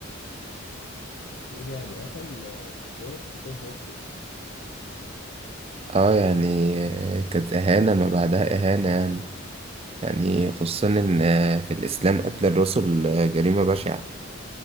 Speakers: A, on the left; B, on the right.
A: يعني يعني قتل آه، صفوان السلطان بنفسه
B: اه يعني آه، كانت إهانة ما بعدها إهانة يعني يعني خصوصا إن آه، في الإسلام قتل الرسل آه، جريمة بشعة